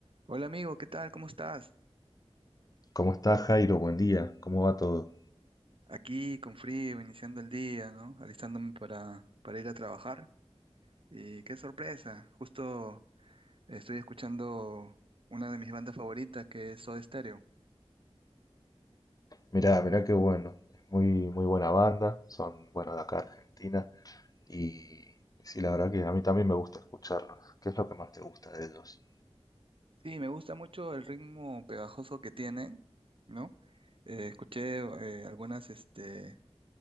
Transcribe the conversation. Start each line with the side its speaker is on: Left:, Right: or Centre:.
Right: Hola amigo, ¿qué tal? ¿Cómo estás?
Left: ¿Cómo estás, Jairo? Buen día. ¿Cómo va todo?
Right: Aquí con frío, iniciando el día, ¿no? Alistándome para, para ir a trabajar. Y qué sorpresa, justo estoy escuchando una de mis bandas favoritas que es Soda Stereo.
Left: Mirá, mirá qué bueno. Es muy, muy buena banda. Son, bueno, de acá Argentina. Y, y sí, la verdad que a mí también me gusta escucharlos. ¿Qué es lo que más te gusta de ellos?
Right: Sí, me gusta mucho el ritmo pegajoso que tienen, ¿no? Eh, escuché eh, algunas, este,